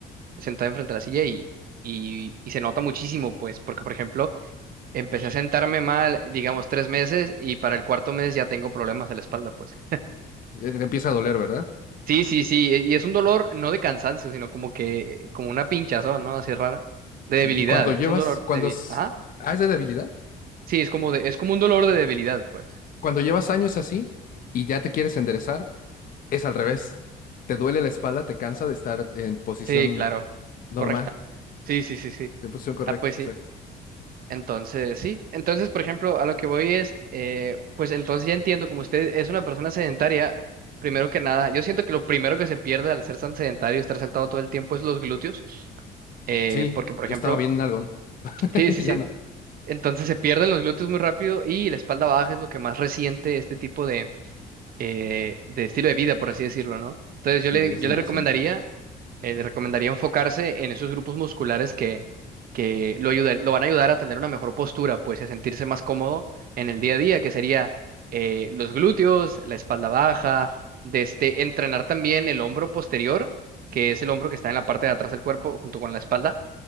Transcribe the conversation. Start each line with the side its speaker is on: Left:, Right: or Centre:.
Right: sentada enfrente de la silla y, y, y se nota muchísimo, pues, porque, por ejemplo, empecé a sentarme mal, digamos, tres meses y para el cuarto mes ya tengo problemas de la espalda, pues.
Left: Eh, Empieza a doler, ¿verdad?
Right: Sí, sí, sí, y es un dolor no de cansancio, sino como que, como una pinchazón, ¿no? Así rara, de
Left: Sí,
Right: debilidad,
Left: y cuando llevas,
Right: es un dolor
Left: cuando
Right: débil.
Left: es,
Right: Ajá.
Left: ah, es de debilidad,
Right: Sí, es como de, es como un dolor de
Left: Ok.
Right: debilidad, pues.
Left: cuando llevas años así y ya te quieres enderezar, es al revés. Te duele la espalda, te cansa de estar en posición
Right: Sí, claro,
Left: normal,
Right: correcta. Sí, sí, sí, sí.
Left: en posición correcta,
Right: Ah, pues
Left: exacto.
Right: sí. Entonces, sí. Entonces, por ejemplo, a lo que voy es, eh, pues entonces ya entiendo, como usted es una persona sedentaria, primero que nada, yo siento que lo primero que se pierde al ser tan sedentario y estar sentado todo el tiempo es los glúteos, eh,
Left: Sí,
Right: porque, por
Left: yo
Right: ejemplo,
Left: estaba bien en nalgón, <laughs>
Right: sí, sí,
Left: ya
Right: sí.
Left: no.
Right: Entonces se pierden los glúteos muy rápido y la espalda baja es lo que más resiente este tipo de, eh, de estilo de vida, por así decirlo, ¿no? Entonces yo
Left: Sí,
Right: le,
Left: ahí es
Right: yo
Left: donde
Right: le recomendaría
Left: lo siento.
Right: eh, le recomendaría enfocarse en esos grupos musculares que, que lo ayudan- lo van a ayudar a tener una mejor postura, pues, y a sentirse más cómodo en el día a día, que sería eh, los glúteos, la espalda baja, de este, entrenar también el hombro posterior, que es el hombro que está en la parte de atrás del cuerpo junto con la espalda.